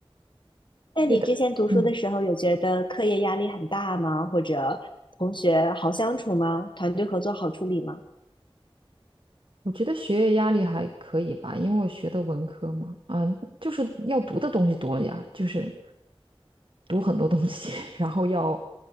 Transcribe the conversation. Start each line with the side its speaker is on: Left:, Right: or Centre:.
Left: 那你之前读书的时候，
Right: 所以的，嗯。
Left: 有觉得课业压力很大吗？或者同学好相处吗？团队合作好处理吗？
Right: 我觉得学业压力还可以吧，因为我学的文科嘛，嗯，就是要读的东西多点儿，就是读很多东西，<laughs> 然后要